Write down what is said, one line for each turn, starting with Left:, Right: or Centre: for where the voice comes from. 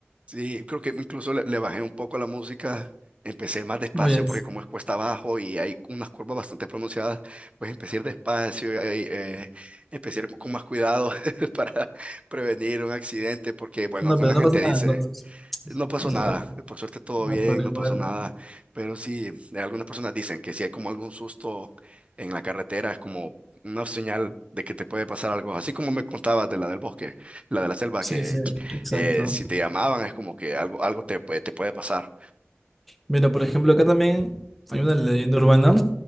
Right: sí, creo que incluso le, le bajé un poco a la música. Empecé más despacio
Centre: Oye,
Right: porque como es cuesta abajo y hay unas curvas bastante pronunciadas, pues empecé a ir despacio, y, eh, empecé a ir con más cuidado <laughs> para prevenir un accidente porque, bueno,
Centre: no,
Right: alguna
Centre: pero no
Right: gente
Centre: pasa nada
Right: dice...
Centre: entonces.
Right: No pasó
Centre: O sea,
Right: nada, por suerte todo
Centre: ah,
Right: bien,
Centre: pero
Right: no
Centre: igual.
Right: pasó nada, pero sí, eh, algunas personas dicen que si hay como algún susto en la carretera, es como una señal de que te puede pasar algo, así como me contabas de la del bosque, la de la selva,
Centre: Sí,
Right: que
Centre: sí, exacto.
Right: eh, si te llamaban es como que algo, algo te, puede- te puede pasar.
Centre: Mira, por ejemplo, acá también hay una leyenda urbana,